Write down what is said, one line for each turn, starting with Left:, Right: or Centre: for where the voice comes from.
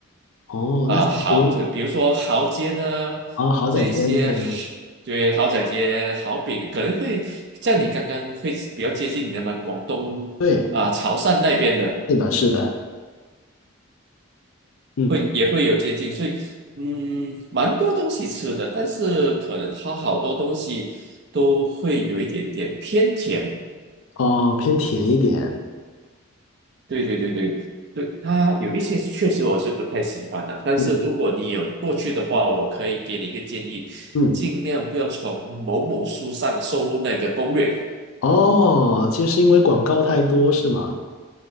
Left: 哦，
Right: 啊，
Left: 那其实
Right: 豪，就比如说豪街呢，
Left: 啊，豪仔煎对
Right: 这些对豪仔街、豪饼可能会像你刚刚会比较接近你那广东啊、
Left: 对，
Right: 潮汕那边的，
Left: 是的，是的，嗯
Right: 会也会有接近，所以嗯，蛮多东西吃的，但是可能它好多东西都会有一点点偏甜
Left: 哦，偏甜一点，
Right: 对对对对对，它有一些确实我是不太喜欢的，但是如果你有过去的话，
Left: 嗯
Right: 我可以给你一个建议，
Left: 嗯，
Right: 尽量不要从某某书上搜那个攻略，
Left: 哦，就是因为广告太多是吗？